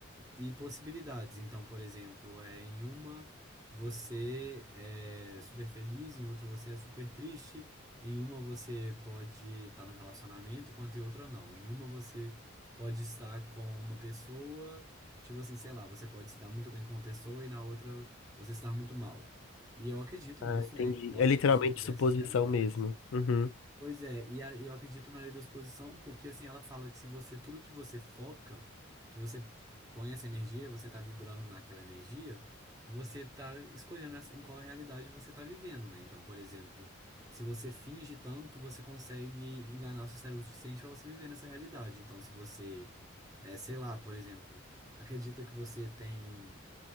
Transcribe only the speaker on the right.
e possibilidades. Então, por exemplo, é, em uma você é super feliz, em outra você é super triste. Em uma você pode estar no relacionamento, enquanto em outra não. Em uma você pode estar com uma pessoa, tipo assim, sei lá, você pode se dar muito bem com uma pessoa e na outra você se dar muito mal. E eu acredito
nisso,
né? que Podem
existir diversas
realidades.
Pois é, e a- eu acredito na lei da exposição, porque assim, ela fala que se você, tudo que você foca, que você põe essa energia, você tá vibrando naquela energia, você tá escolhendo essa- em qual realidade você tá vivendo, né? Então, por exemplo, se você finge tanto, você consegue enganar seu cérebro o suficiente para você viver nessa realidade. Então, se você, é, sei lá, por exemplo, acredita que você tem